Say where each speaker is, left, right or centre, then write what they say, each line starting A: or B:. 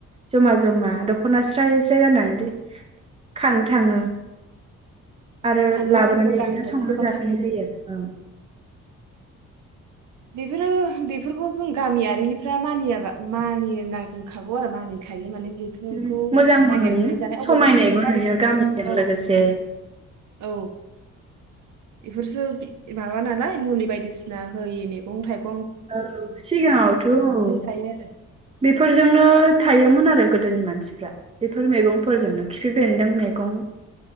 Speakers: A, on the right (about 20°); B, on the right (about 80°).
A: जमा जमा दख'ना स्राय स्राय गाननानै खानो थाङो आरो
B: थाङो
A: लाबोनानै
B: जों गामिनिफ्रायबो
A: इदिनो संनानै
B: गोबां
A: जाफैनाय
B: थाङो
A: जायो औ
B: फोरो बेफोरखौ जों गामियारिनिफ्रा मानियाबा मानिनांखागौ आरो मानिखायो माने बेफोरखौ
A: ओम मोजांबो
B: नागिरनानै
A: नुयो
B: जानाय
A: समायनायबो
B: अबावथ' बायनानै
A: नुयो गामिजों
B: जाबाय औ
A: लोगोसे
B: औ इफोरसो माबा नालाय मुलि बायदिसिना होयि मैगं थाइगं
A: औ सिगाङावथ' औ
B: जायो आरो
A: बेफोरजोंनो थायोमोन आरो गोदोनि मानसिफ्रा बेफोर मैगंफोरजोंनो खिफि बेन्दों मेगं